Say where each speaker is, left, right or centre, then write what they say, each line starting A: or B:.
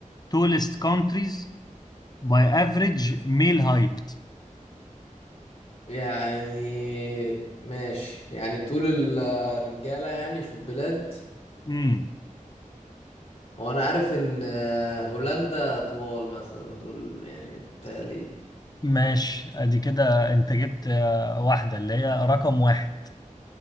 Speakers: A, on the left; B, on the left.
A: tallest countries by average male height
B: يعني ماشي يعني طول الرجالة يعني في البلاد
A: امم
B: هو انا عارف ان آه، هولندا طوال مثلا دول يعني بتالي
A: ماشي ادي كده انت جبت آه، واحدة اللي هي رقم واحد